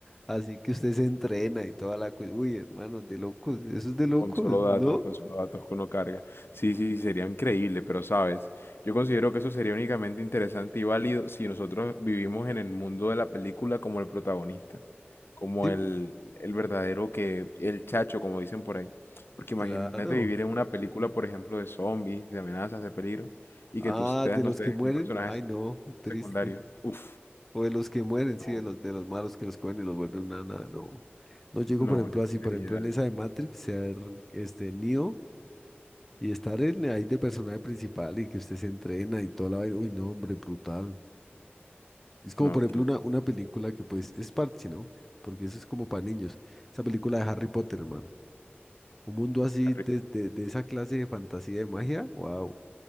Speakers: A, in the centre; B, on the left (about 70°).
A: así que usted se entrena y toda la cosa. Uy, hermano, de locos, eso es de locos,
B: con solo
A: ¿no?
B: datos, con solo datos que uno carga. Sí, sí, sí, sería increíble, pero sabes, yo considero que eso sería únicamente interesante y válido si nosotros vivimos en el mundo de la película como el protagonista, como
A: Sí,
B: el, el verdadero que, el chacho, como dicen por ahí. Porque imagínate
A: claro.
B: vivir en una película, por ejemplo, de zombies, de amenazas, de peligro, y
A: Ah,
B: que tú seas,
A: de
B: no
A: los
B: sé,
A: que mueren,
B: un personaje
A: ay, no, triste.
B: secundario. Uf.
A: O de los que mueren, sí,
B: no.
A: de los, de los malos que los cogen y los vuelven una nada. No, no llego,
B: No,
A: por ejemplo,
B: es que
A: así, por
B: sería.
A: ejemplo, en esa de Matrix, ser este Neo y estar en- ahí de personaje principal y que usted se entrena y toda la vaina. Uy, no, hombre, brutal. Es como,
B: No,
A: por
B: es
A: ejemplo,
B: que la-
A: una, una película que pues es parche, ¿no? Porque eso es como para niños. Esa película de Harry Potter, hermano. Un mundo así
B: arri-
A: de, de, de esa clase de fantasía de magia. Wow.